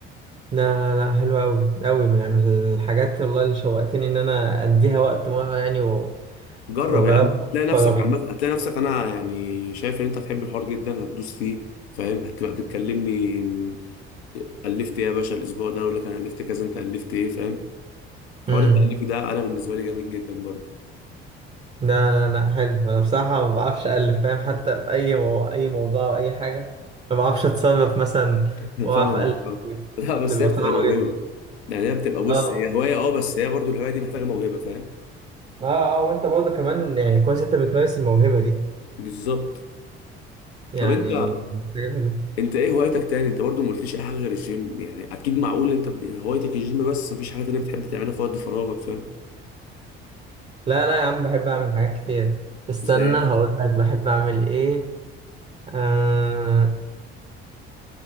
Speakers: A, on the right; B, on the left.
A: لا لا لا حلوة أوي أوي من من الحاجات والله اللي شوقتني إن أنا أديها وقت مرة يعني و-
B: جرب
A: وأجربها
B: يا عم
A: في
B: هتلاقي نفسك
A: فراغي
B: عامة هتلاقي نفسك انا يعني شايف ان انت هتحب الحوار جدا هتدوس فيه فاهم هتبقى بتكلمني إن الفت ايه يا باشا الاسبوع ده اقول لك انا الفت كذا انت الفت ايه فاهم حوار
A: مم.
B: التاليف ده انا بالنسبه لي جامد جدا برضه
A: لا لا لا حلو انا بصراحه ما بعرفش الف فاهم حتى في اي مو... اي موضوع او اي حاجه ما بعرفش اتصرف مثلا
B: <laughs> فاهم
A: واعرف
B: فاهم
A: الف حاجه
B: لا بس
A: تبقى
B: هي بتبقى
A: صعبه
B: موهبه
A: جدا
B: يعني هي بتبقى بص
A: اه
B: هي هوايه اه بس هي برضه الهوايه دي محتاجه موهبه فاهم
A: اه اه وانت برضه كمان يعني كويس انت بتمارس الموهبه دي
B: بالظبط
A: يعني
B: طب انت
A: حاجه حلوه
B: انت ايه هوايتك تاني انت برضه ما قلتليش اي حاجه غير الجيم يعني اكيد معقول انت ب- هوايتك الجيم بس مفيش حاجه تانيه بتحب تعملها في وقت فراغك فاهم
A: لا لا يا عم بحب اعمل حاجات كتير استنى
B: زي
A: هقول لك بحب اعمل ايه آه...